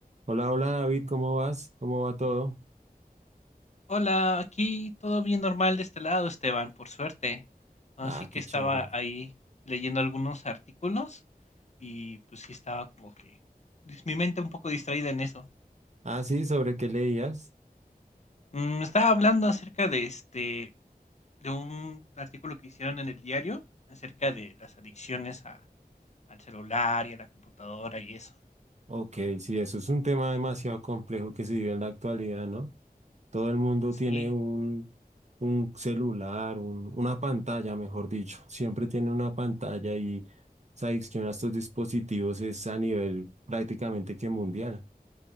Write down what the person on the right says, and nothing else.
Hola, hola David, ¿cómo vas? ¿Cómo va todo?
Ah,
qué
chévere.
Ah, sí, ¿sobre qué leías?
Ok, sí, eso es un tema demasiado complejo que se vive en la actualidad, ¿no? Todo el mundo
tiene un, un celular, un- una pantalla, mejor dicho. Siempre tiene una pantalla y sabes que estos dispositivos es a nivel prácticamente que mundial.